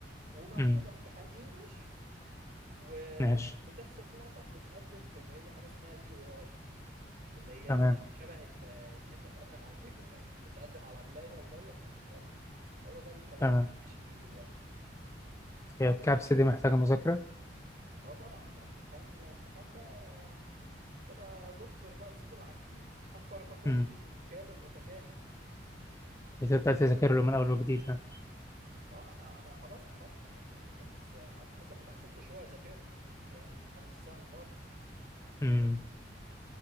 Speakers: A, on the right; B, on the left.
A: ومحتاجة
B: امم
A: امتحان إنجلش و...
B: ماشي
A: وتحسب نقطك وتقدم في اللي هي حاجة اسمها الإي أو آي. اللي هي
B: تمام
A: ال- شبه ال- ان انت تقدم على الهجرة يعني بتقدم على ولاية ولاية في استراليا هو ده الطريق
B: تمام
A: اللي انا ماشي فيه دلوقتي
B: هي الكبسة دي محتاجة مذاكرة
A: اه طبعا ده امتحان امتحان بقى انت بقى دكتور بقى وسيد العارفين امتحان فارماكولوجي
B: امم
A: كامل متكامل
B: بتبدأ تذاكر له من اول وجديد يعني
A: اه انا انا خلاص اخدته يعني كان بس قعدت مثلا بتاع ست شهور اذاكر له فاهم امتحان مش سهل خالص
B: امم